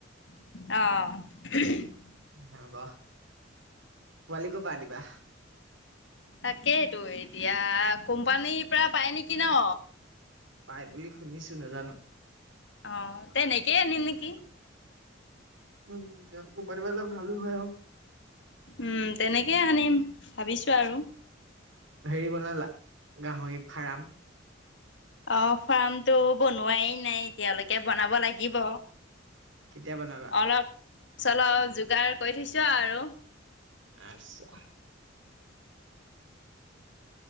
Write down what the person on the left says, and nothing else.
অ
তাকেইতো এতিয়া কোম্পানীৰ পৰা পাই নিকি ন?
অহ তেনেকেই আনিম নিকি?
উম তেনেকেই আনিম ভাবিছো আৰু
অ' ফাৰ্মটো বনোৱাই নাই এতিয়ালৈকে বনাব লাগিব
অলপ চলপ যোগাৰ কৰি থৈছো আৰু